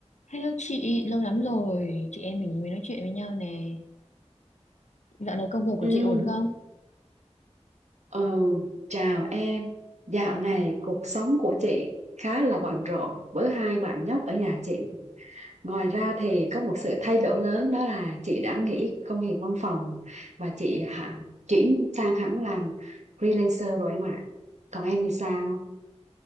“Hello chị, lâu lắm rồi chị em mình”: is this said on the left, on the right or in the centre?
Left